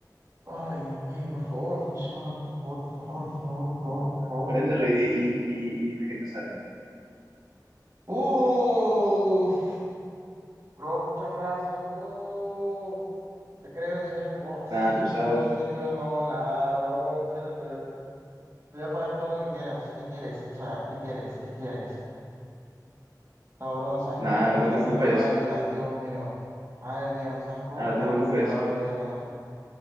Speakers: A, on the right (about 40°); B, on the right (about 75°).
A: Ay, Dios mío, por favor, funciona, por favor, por favor, por favor, por favor, por favor.
B: Préndelo y, di- y, y, y dime qué te sale.
A: Uf, bro, muchas gracias, bro. Te creo, en serio, wow, si
B: Nada,
A: sirvió,
B: tú sabes.
A: si sirvió, no, nada, bro, en serio, te, te voy a pagar todo lo que quieras. ¿Qué quieres? O sea, ¿qué quieres? ¿Qué quieres? No, bro, no sabes
B: Nada,
A: cómo me acabas
B: no te preocupes.
A: de salvar la vida, Dios mío. Madre mía, no sabes cómo
B: Nada,
A: me
B: no
A: acabas
B: te preocupes.
A: de salvar la vida con esto.